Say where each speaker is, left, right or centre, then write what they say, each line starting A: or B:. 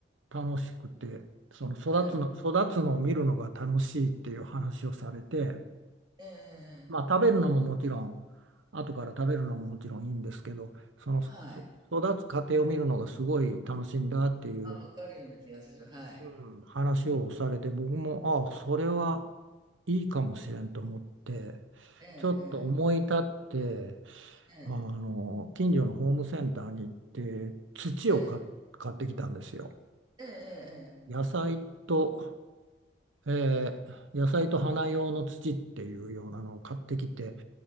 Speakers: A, on the right (about 85°); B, on the right (about 20°).
A: 楽しくて、その育つの、
B: ええ、
A: 育つのを見るのが楽しいっていう話をされて、
B: ええ、
A: まあ、
B: ええ
A: 食べるのももちろん後から食べるのももちろんいいんですけどそのそ
B: はい。
A: 育つ過程を見るのがすごい楽しいんだっていう、
B: あ、わかるような気がする。はい。
A: うん話をされて僕もああそれはいいかもしれんと思って
B: ええ、
A: ちょっと思い立って
B: ええ。ええ、
A: あの近所のホームセンターに行って土を買っ買ってきたんですよ。
B: ええ、ええええ
A: 野菜と、えー野菜と花用の土っていうようなのを買ってきて